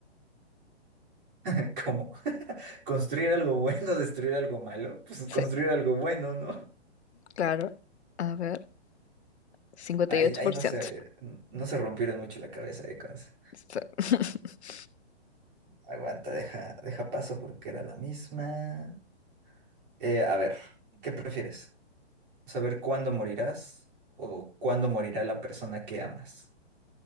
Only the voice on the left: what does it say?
Sí,
claro. A ver, 58%.
Sí. <laughs>